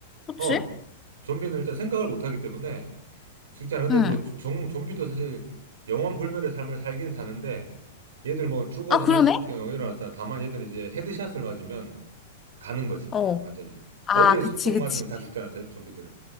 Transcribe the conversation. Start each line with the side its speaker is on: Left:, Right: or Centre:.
Left: 그치?
Right: 어, 좀비는 일단 생각을 못 하기 때문에, 죽지 않근데
Left: 응.
Right: 뭐 좀, 좀비도 사실 영원 불멸의 삶을 살긴 사는데 얘들 뭐 죽어서
Left: 아 그러네?
Right: 다시 어, 일어났잖아. 다만 얘들은 이제 헤드샷을 맞으면 가는 거지 그냥
Left: 어.
Right: 완전히.
Left: 아
Right: 머리에서
Left: 그치
Right: 총
Left: 그치.
Right: 맞으면 다 죽잖아, 제- 좀비들은.